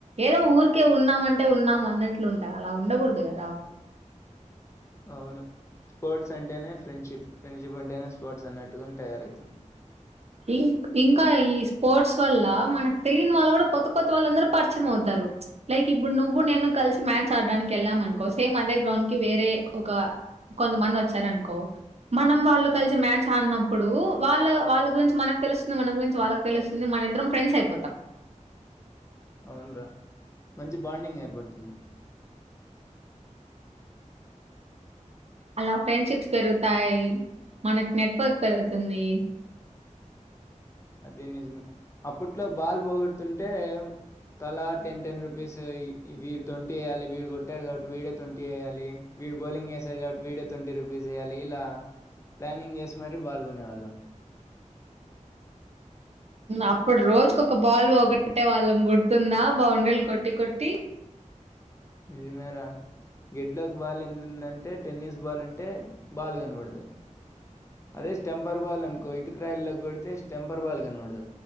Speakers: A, on the right (about 55°); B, on the left (about 20°).
A: ఏదో ఊరికే ఉన్నామంటే ఉన్నాం అన్నట్లు ఉంటారు అలా ఉండకూడదు కదా
B: అవును స్పోర్ట్స్ అంటేనే ఫ్రెండ్షిప్ ఫ్రెండ్షిప్ అంటేనే స్పోర్ట్స్ అన్నట్టుగాని తయారవుతుంది
A: ఇం ఇంకా ఈ స్పోర్ట్స్ వల్ల మనకు తెలియని వాళ్ళు కూడా కొత్త కొత్త వాళ్ళందరుూ పరిచయం అవుతారు లైక్ ఇప్పుడు నువ్వు నేను కలిసి మ్యాచ్ ఆడడానికి వెళ్ళాం అనుకో సేమ్ అదే గ్రౌండ్ కి వేరే ఒక కొంతమంది వచ్చారనుకో మనం వాళ్ళు కలిసి మ్యాచ్ ఆడినప్పుడు వాళ్ళ వాళ్ళ గురించి మనకు తెలుస్తుంది మన గురించి వాళ్ళకి తెలుస్తుంది మన ఇద్దరం ఫ్రెండ్స్ అయిపోతాం
B: అవున్రా మంచి బాండింగ్ ఏర్పడుతుంది
A: హలో ఫ్రెండ్షిప్స్ పెరుగుతాయి మనకు నెట్వర్క్ పెరుగుతుంది
B: అదే నిజమే అప్పట్లో బాల్ పోగొడుతుంటే తల టెన్ టెన్ రూపీస్ వీడి ట్వంటీ వేయాలి వీడు కొట్టాారు కాబట్టి వీడే ట్వంటీ వేయ్యాలి వీడు బౌలింగ్ చేసారు కాబట్టి వీడే ట్వంటీ రుపీస్ వయాలి ఇలా ప్లానింగ్ చేసి మరీ బాల్ కొనేవాళ్ళం
A: అప్పుడు రోజుక ఒక బాల్ ఒకటే వాళ్ళం గుడుతుందా బౌండ్రీలు కొట్టి కొట్టి
B: నిజమేర గెడ్లాక్ బాల్ ఎందుందంటే టెన్నిస్ బాల్ ఉంటే బాల్ కనబడదు అదే స్టెంపర్ బవాల అనుకో ఇటుక్రాయలో కొడితే టెంపర్ బాల్ కనూడదు